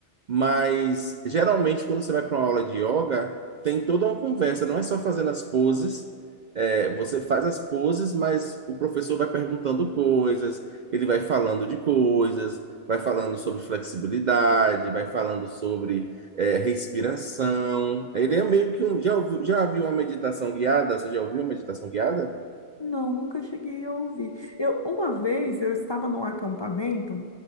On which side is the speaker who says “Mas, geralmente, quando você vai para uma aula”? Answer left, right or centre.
Right